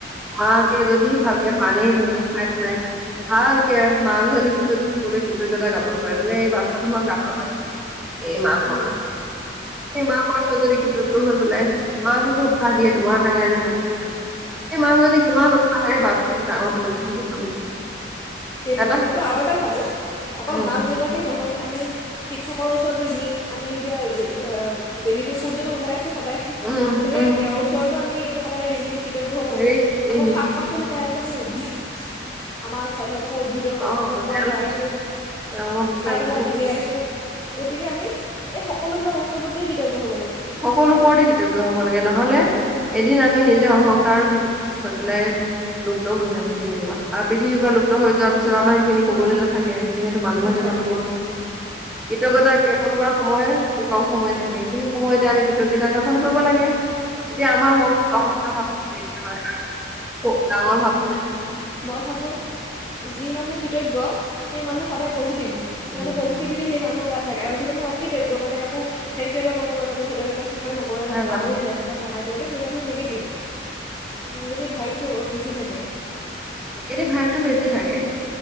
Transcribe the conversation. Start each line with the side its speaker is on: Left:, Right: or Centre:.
Centre: মাকে যদি ভালকে পানী জানী খাই। নাই ভালকে মাজনীকো যদি সকলোৱে কৃতজ্ঞতা জাপন কৰে বোলে এই বাচ্ছা মই কাহা পাইছো। এই মাকৰ
Left: ওলায়
Centre: ক এই মাকৰ চজৰিকিতটো হৈ বোলোই। মাহতকো ভাত দিয়ে তো ম কাৰে দিব। <unintelligible> এই মাকজনী কিমান উৎসাহে এই বাচ্ছাটোক ডাঙৰ। কৰিব সেইটো ভাবিছো।
Left: সেইটোৱে
Centre: এটা
Left: মইতো আৰু এটা ভাবোঁ। অকল
Centre: উম
Left: মাক দেউতাকে। নহয় আমি হিখকৰ উচৰট লিলি আমি তেতিয়া ল'ব বেলিটো হুজটো উলাই আছে। সদায়
Centre: উম
Left: গতিকে
Centre: উম
Left: তেওঁৰ ওচৰত। আমি সদায় ৰিণিত। কৃতজ্ঞ হ'ব
Centre: হেৰি
Left: লাগে
Centre: হেৰি
Left: আকৌ
Centre: নি-
Left: পাচলি। উদ্ভিদ আমাৰ স্বত। থকা উদ্ভিদৰ
Centre: অ
Left: পৰা
Centre: তেওঁলোকে
Left: পাই আছোঁ
Centre: তেওঁলোকৰ
Left: খাই
Centre: তেওঁলোককো
Left: পেলাই আমি জীয়াই আছোঁ। গতিকে আমি এই সকলোবিলাক বস্তুৰ প্ৰতি কৃতজ্ঞ হ'ব লাগে।
Centre: সকলো ওপৰতে কৃতজ্ঞ হব লাগে নহলে। এদিন আমি নিজে অহংকাৰ হৈ পেলাই লুপ্ত হৈ যাম পৃথিৱীৰ পৰা আৰু পৃথিৱীৰ পৰা লুপ্ত হৈ যোৱাৰ পিছত আমাৰ সেইখিনি কবলৈ নাথাকে। তাকে যিহেতু মানুহৰ
Left: নাথাকে
Centre: জীৱনটো বৰ। কৃতজ্ঞতা জ্ঞাপন কৰা সময় অতি। কম সময় থাকে সেইখিনি সময়তে আমি। কৃতজ্তা গাপন কৰিব লাগে তেতিয়া আমাৰ মনটোক আশংকা ভাৱ নাইকা হয় আৰু। ত মই ভাব
Left: মই ভাবোঁ যি মানুহ কৃতজ্ঞ, সেই মানুহ সদায় পজিটিভ।
Centre: উম
Left: মানে পজিটিভিটি সেই মানহ গাত থাকে আৰু যিকোনো অকৃতজ্ঞ মানে কাকো থেংকউ এটা ক'ব নাজানে, কৃতজ্ঞতা কেয়াৰ নকৰে মানে
Centre: নাজানো
Left: পাহৰি যায় কোনোবাই সহায়, কৰিলে সেই মানুহ নিগেটিভ। নিগেটিভ ভাইভটো বহুত বেছি থাকে। তে
Centre: নিগেটিভ ভাইভটো বেছি থাকে।